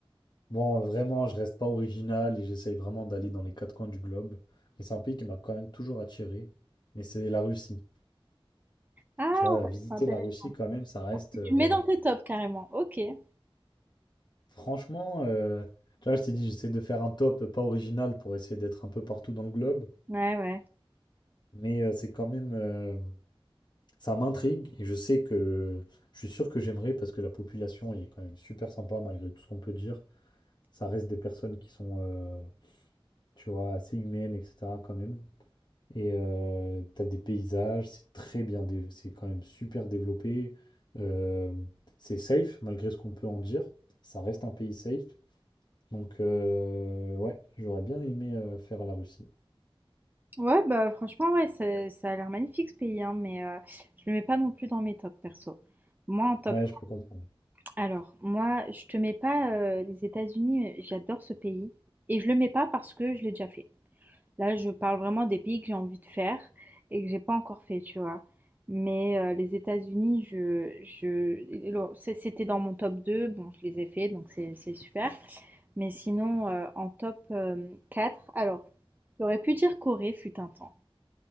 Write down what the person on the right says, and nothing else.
Ah
ouais,
c'est intéressant.
Tu
le mets dans tes tops carrément. Ok. Ouais,
ouais.
Ouais, bah franchement, ouais, ça, ça a l'air magnifique ce pays, hein, mais euh, je le mets pas non plus dans mes tops perso. Moi en top.
Alors, moi, je te mets pas euh, les États-Unis, mais j'adore ce pays. Et je le mets pas parce que je l'ai déjà fait. Là, je parle vraiment des pays que j'ai envie de faire et que j'ai pas encore fait, tu vois. Mais euh, les États-Unis, je, je, le- c'est- c'était dans mon top 2. Bon, je les ai fait, donc c'est c'est super. Mais sinon, euh, en top euh, 4, alors, j'aurais pu dire Corée fut un temps.